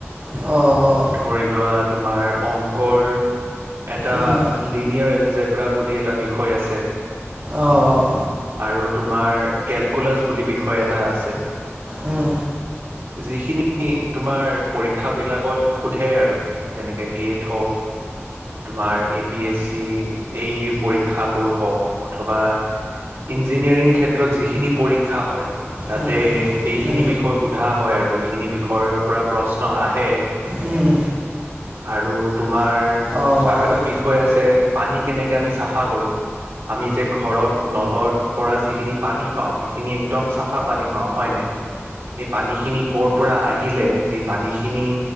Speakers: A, on the right; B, on the right.
A: অ অ',
B: ধৰি লোৱা তোমাৰ অংকৰ এটা লিনিয়াৰ
A: উম,
B: এল জেব্ৰা বুলি এটা বিষয় আছে।
A: অ', অ',
B: আৰু তোমাৰ। কেলকুলাছ বুলি বিষয় এটা আছে।
A: উম।
B: যিখিনি তোমাৰ পৰীক্ষা বিলাকত। সোধে আৰু যেনেকে গেট হওক তোমাৰ এ পি এছ চি এইৰ পৰীক্ষাবোৰ হওক অথবা ইঞ্জিনিয়াৰিং ক্ষেত্ৰত যিখিনি পৰীক্ষা হয় তাতে
A: উম,
B: এইখিনি
A: উম, উম,
B: বিষয় সোধা হয় আৰু এইখিনি বিষয়ৰ পৰা প্ৰশ্ন আহে।
A: উম।
B: আৰু টো। তোমাৰ
A: অ',
B: আৰু এটা বিষয় আছে পানীক। কেনেকে আমি চাফা কৰোঁ আমি যে ঘৰত নলৰ পৰা যিখিনি পানী পাওঁ সেইখিনি একদম চাফা পানী। পাওঁ হয় নাই সেই পানীখি। খিনি ক'ৰ পৰা আহিলে সেই পানীখিনি।